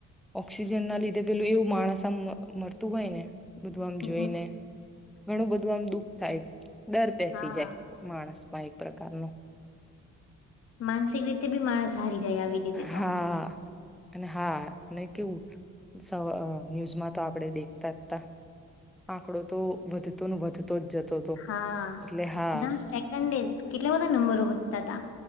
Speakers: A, in the centre; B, on the left (about 50°).
A: ઓક્સિજન ના લીધે પેલું એવું માણસ આમ મરતું હોય ને બધું આમ
B: હમ
A: જોઈ ને ઘણું બધું આમ દુઃખ થાય ડર બેસી
B: હા
A: જાય માણસ એક પ્રકાર નો
B: માનસિક રીતે બી માણસ હારી જાય આવી રીતે
A: હા
B: તો
A: અને હા અને કેવું ન્યૂઝમાં તો આપણે દેખતા જ તા આંકડો તો વધતો વધતો જ જતો હતો
B: હા
A: એટલે હા
B: દર સેકન્ડે કેટલા બધા નંબરો વધતા હતા